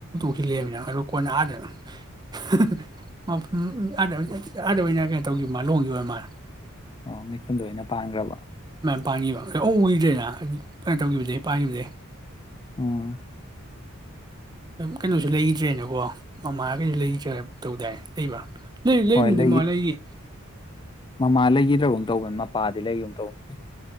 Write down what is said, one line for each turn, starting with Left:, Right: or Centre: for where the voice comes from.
Right: <inaudible> ꯂꯩꯔꯝꯃꯤ ꯅꯥ ꯀꯣꯟꯅ ꯑꯥꯗ <inaudible> <inaudible> <inaudible> ꯑꯗ ꯑꯣꯏꯅ ꯀꯩꯅꯣ ꯇꯧꯈꯤꯕ ꯃꯥꯟꯂꯦ ꯂꯣꯡꯒꯤꯕꯥ ꯑꯣꯏ ꯃꯥꯟꯂꯦ
Left: ꯑꯣ ꯃꯤꯈꯨꯟꯗ ꯑꯣꯏꯅ ꯄꯥꯟꯈꯔꯥꯕꯥ
Right: ꯄꯥꯟꯒꯤꯕ ꯎꯒꯔ꯭ꯤꯗꯔ꯭ꯦꯅꯥ ꯀꯩꯅꯣ ꯇꯧꯈꯤꯕꯗ ꯄꯥꯟꯈꯤꯕꯗꯩꯩ
Left: ꯎꯝ
Right: ꯀꯩꯅꯣꯁꯨ ꯂꯩꯗ꯭ꯔꯦꯅꯦꯀꯣ ꯃꯃꯥ ꯀꯩꯁꯨ ꯂꯩꯒꯤꯗꯔꯦ ꯇꯧꯗꯥꯏ ꯂꯩꯕ꯭ꯔꯥ ꯂꯩ ꯂꯩꯔꯝꯗꯤ
Left: ꯍꯣꯌ ꯂꯩ
Right: ꯃꯥ ꯂꯩꯒꯤ
Left: ꯃꯃꯥ ꯂꯩꯒꯤꯗꯙꯨꯝ ꯇꯧꯕꯅ ꯃꯄꯥꯗꯤ ꯂꯩꯒꯨꯝ ꯇꯧꯕꯅꯦ